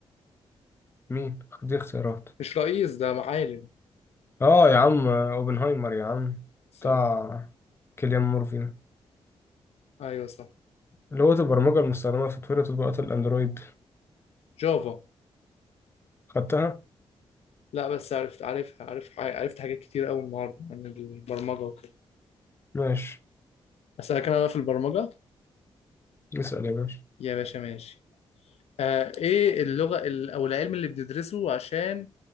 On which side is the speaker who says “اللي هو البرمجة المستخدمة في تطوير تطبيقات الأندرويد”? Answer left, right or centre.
Left